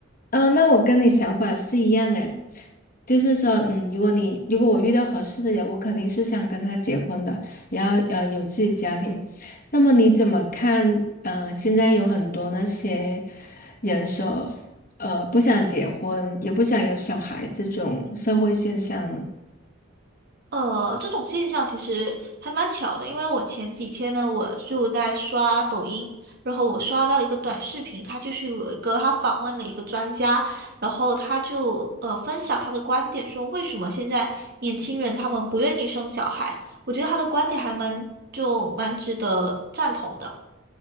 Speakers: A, on the left; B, on the right.
A: 哦，那我跟你想法是一样诶，就是说，嗯，如果你如果我遇到合适的人，我肯定是想跟他结婚的，然后呃有自己家庭。那么你怎么看？嗯，现在有很多那些人说，呃，不想结婚，也不想有小孩这种社会现象呢？
B: 呃，这种现象其实还蛮巧的，因为我前几天呢，我就在刷抖音，然后我刷到一个短视频，它就是有一个他访问了一个专家，然后他就呃分享他的观点，说为什么现在年轻人他们不愿意生小孩，我觉得他的观点还蛮就蛮值得赞同的。